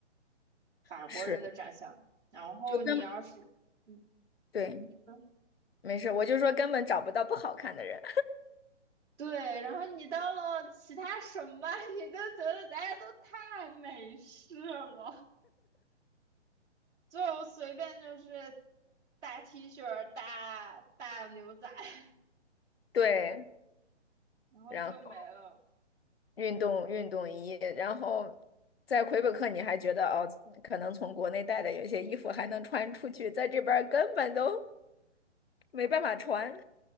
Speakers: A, on the right; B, on the left.
A: 法国人的长相。
B: 是，
A: 然后你要是，
B: 就根
A: 嗯，
B: 对，
A: 你说，
B: 没事，我就说根本找不到不好看的人。
A: 对，然后你到了其他省吧，你就觉得大家都太美式了。就随便就是大 T 恤、大大牛仔，<laughs>
B: 对，
A: 然后就没了。
B: 然后运动运动衣，然后在魁北克你还觉得哦，可能从国内带的有一些衣服还能穿出去，在这边儿根本都没办法穿。